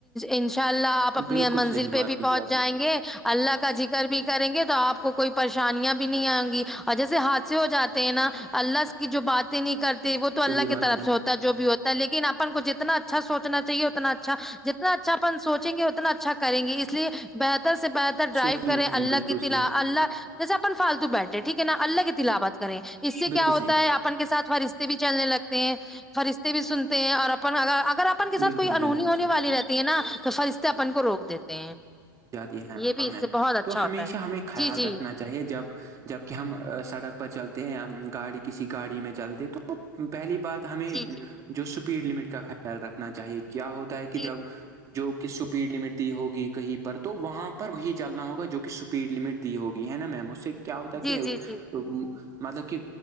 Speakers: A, in the centre; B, on the right (about 30°).
A: انشاء اللہ آپ اپنی
B: بالکل
A: منزل
B: صحیح
A: پہ
B: بات
A: بھی
B: کہی
A: پہنچ
B: آپ
A: جائیں
B: نے
A: گے اللہ کا ذکر بھی کریں گے تو آپ کو کوئی پریشانیاں بھی نہیں آئیں گی اور جیسے حادثے ہو جاتے ہیں نا اللہ کی جو باتیں نہیں کرتے وہ تو اللہ
B: صحیح
A: کی
B: بات
A: طرف
B: میم
A: سے ہوتا ہے جو بھی ہوتا ہے لیکن اپن کو جتنا اچھا سوچ نا چاہیے اتنا اچھا جتنا اچھا اپن سوچیں گے اتنا اچھا کریں گے اس لیے بہتر سے بہتر ڈرائیو
B: صحیح
A: کریں اللہ
B: بالکل
A: کی تلا
B: صحیح
A: اللہ جیسے اپن فالتو بیٹھے ٹھیک ہے نا اللہ کی تلاحبات کریں اس سے
B: بالکل
A: کیا ہوتا
B: صحیح
A: ہے آپ اپن کے ساتھ فرشتے بھی چلنے لگتے ہیں فرشتے بھی سنتے ہیں اور اپن ا اگر اپن کے ساتھ
B: بالکل
A: کوئی انہونی
B: بالکل
A: ہونے
B: صحیح
A: والی رہتی ہے نا تو فرستے اپن کو روک دیتے ہیں
B: جاتی ہیں
A: یہ بھی
B: ہاں میم
A: اس سے بہت اچھا
B: تو ہمیشہ
A: ہوتا ہے
B: ہمیں خیال
A: جی جی
B: رکھنا چاہیے جب جبک ہم سڑک پر چلتے ہیں گاڑی کسی گاڑی میں چلتے تو پہلی بات ہمیں
A: جی جی
B: جو سپیڈ لمٹ کا خیال رکھنا چاہیے کیا ہوتا ہے کہ
A: جی
B: جب جو کہ سپیڈ لمٹ دی ہوگی کہیں تو وہاں پر یہ چلنا ہوگا جو کہ سپیڈ لمٹ دی ہوگی ہے نا میم اس سے کیا ہوتا
A: جی
B: کہ
A: جی جی
B: مطلب کہ